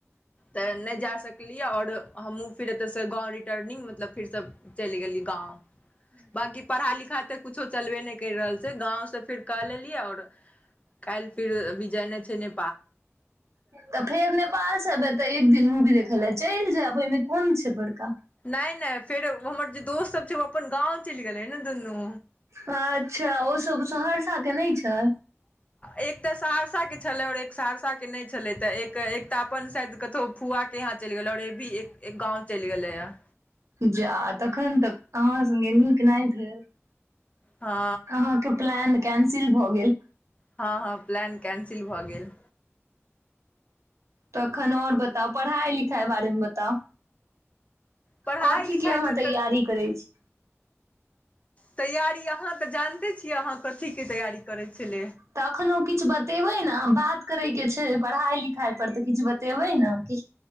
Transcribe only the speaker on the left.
तऽ नहि जा सकलियै आओर हमहुँ फिर ए से गाँव रिटर्निङंग मतलब फेर सब चली गेलली गाँव बाकी पढ़ा लिखाइ तऽ कुछो चलबे नहि करहि रहल छै गाँं से फिर क लेलियै आओर कल फिर विजय ने तने
नहि न फेर हमर जे दोस्त सब छै ओ अपन गाँंव चलि गेले ह ने दुनू
एक तऽ सहरसाके छलै आओर सहरसाके नहि छलै तऽ तऽ अपन शाय कतहु फुआ हाँ चल गेलै ओर भी एक गाँव चलि गेलै य
हँ
हँ हँ प्लान कैंसिल भऽ गेल
पढ़ाइ
लिखाइ
तऽ
तैयारी अहाँ तऽ जाने छ कथीके तैयारी करै छल